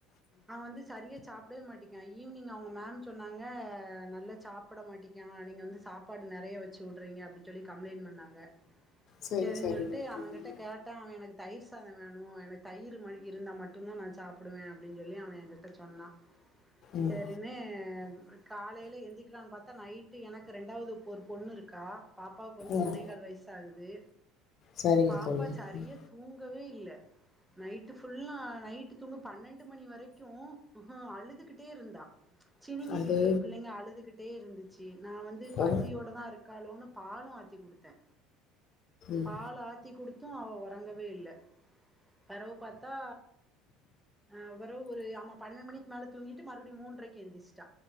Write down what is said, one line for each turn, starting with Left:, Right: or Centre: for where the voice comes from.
Centre: அவ வந்து சரியா சாப்டவே மாட்டிக்கா ஈவினிங் அவங்க மேம் சொன்னாங்க நல்லா சாப்பட மாட்டிக்கா நீங்க வந்து சாப் ப்பாடு நெறைய வச்சு விடுறீங்க அப்படின்னு சொல்லி கம்ப்ளைண்ட் பண்ணாங்க
Left: சரி
Centre: சரின்னு
Left: சரி
Centre: சொல்லிட்டு
Left: ஓகேங்க
Centre: அவங்கிட்ட கேட் டா அவ எனக்கு தயிர் சாத வேணு எனக்கு தயிர் ம இருந்தா மட்டுந்தா நா சாப்புடுவே அப்படின்னு சொல்லி அவ என்கிட்ட சொன்ன
Left: ம்
Centre: சரின்னு காலையில எந்திக்கலாம்னு பாத்தா நைட்டு எனக்கு ரெண்டாவது ஒரு பொண்ணு இருக்கா பாப்பாவுக்கு வந்து
Left: ம்
Centre: ஒன்னே கால் வய சாகுது
Left: சரிங்க
Centre: பாப்பா
Left: தோழி
Centre: சரியா
Left: ம்
Centre: தூங்கவே இல்ல நைட்டு ஃபுல்லா நைட்டு தூங்க பன்னெண்டு மணி வரைக்கு அழுதுக்கிட்டே இருந்தா சிணிங்கிக்கிட்டு
Left: அது
Centre: பிள்ளைங்க அழுதுகிட்டே இருந்துச்சு நா வந்து பசியோட
Left: ஒ
Centre: தா இருக் காலோன்னு பாலு ஆத்தி குடுத்தே
Left: ம்
Centre: பால் ஆத்தி குடுத்து அவ ஒறங்கவே இல்ல பெறவு பாத்தா அவ்றவு ஒரு ஆமா பன்னெண்டு மணிக்கு மேல தூங்கிட்டு மறுபடி மூன்றைக்கு எந்திச்சுட்டா